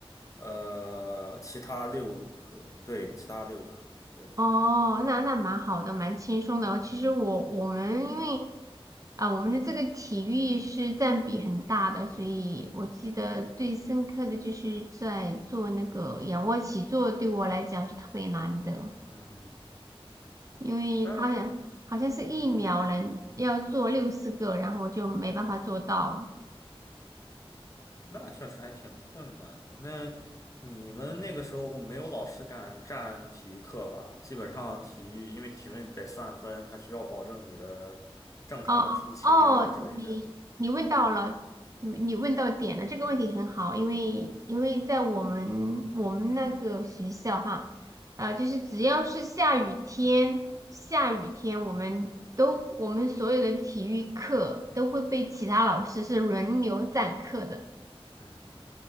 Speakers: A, on the left; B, on the right.
A: 呃其他六科，对，其他六科，对，
B: 哦，那那蛮好的，蛮轻松的。其实我我们因为啊，我们的这个体育是占比很大的，所以我记得最深刻的就是在做那个仰卧起坐，对我来讲是特别难的，
A: 嗯哼，
B: 因为它好像好像是一秒能要做六十个，
A: 但嗯哼，
B: 然后我就没办法做到。
A: 那确实还挺困难的。那你们那个时候没有老师敢占体育课吧？基本上体育，因为体育得算分，他需要保证你的正常的出勤啊之类的。
B: 哦哦，你你问到了，你你问到点了，这个问题很好，因为因为在我们我们那个学校哈，啊，就是只要是下雨天，下雨天我们都我们所有的体育课都会被其他老师是轮流占课的。
A: 嗯哼。